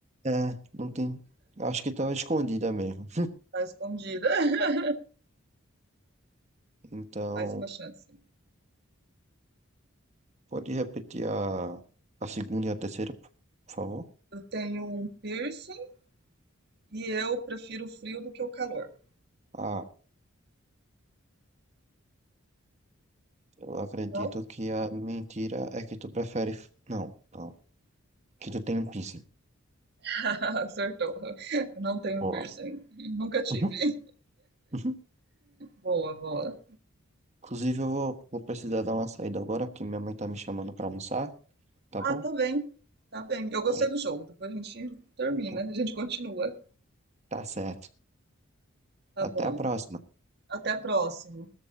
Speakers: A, on the right; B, on the right.
A: é, não tem. Acho que tá escondida mesmo.
B: Tá escondida. <laughs>
A: Então,
B: Mais uma chance.
A: pode repetir a, a segunda e a terceira, por favor?
B: Eu tenho um piercing e eu prefiro o frio do que o calor.
A: Ah, eu acredito
B: Qual?
A: que a mentira é que tu prefere. Não, não. Que tu tem um piercing.
B: <laughs> Acertou. Eu Não tenho
A: Boa.
B: piercing. Nunca tive.
A: Uhum, uhum.
B: Boa, boa.
A: Inclusive, eu vou, vou precisar dar uma saída agora, porque minha mãe tá me chamando pra almoçar, tá
B: Ah,
A: bom?
B: tá bem. Tá bem. Eu gostei
A: Aí,
B: do jogo. Depois a gente termina.
A: então,
B: A gente continua.
A: tá certo.
B: Tá bom.
A: Até a próxima.
B: Até a próxima.